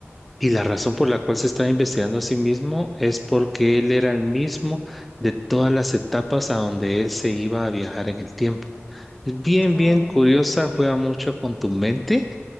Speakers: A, in the centre; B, on the left.
A: Y la razón por la cual se estaba investigando a sí mismo es porque él era el mismo de todas las etapas a donde él se iba a viajar en el tiempo. Es bien,
B: Ah,
A: bien
B: de
A: curiosa,
B: ver.
A: juega mucho con tu mente